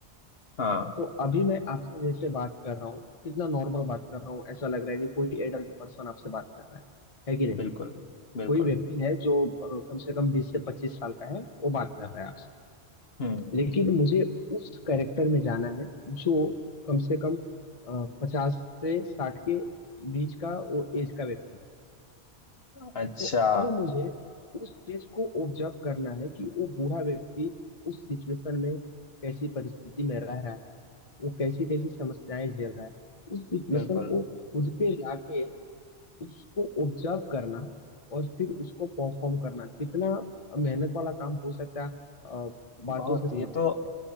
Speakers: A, on the left; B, on the left.
A: हाँ
B: तो अभी मैं आपसे जैसे बात कर रहा हूँ कितना नॉर्मल बात कर रहा हूँ ऐसा लग रहा है कि कोई एडल्ट पर्सन आपसे बात कर रहा है है कि नहीं
A: बिल्कुल बिल्कुल
B: कोई व्यक्ति है जो अ, कम से कम बीस से पच्चीस साल का है वो बात कर रहा है आपसे
A: हम्म
B: लेकिन मुझे उस कैरेक्टर में जाना है जो कम से कम पचास से साठ के बीच का वो एज का व्यक्ति है
A: अच्छा
B: तो अब मुझे उस चीज को ऑब्जर्व करना है कि वो बूढ़ा व्यक्ति उस सिचुएशन में कैसी परिस्थिति में रह रहा है वो कैसी कैसी समस्याएं झेल रहा है उस सिचुएशन
A: बिल्कुल
B: को खुद पे लाके उसको ऑब्जर्व करना और फिर उसको परफॉर्म करना कितना मेहनत वाला काम हो सकता है आप अ, बातों
A: बहुत
B: से समझ
A: ये
B: सकते
A: तो
B: हैं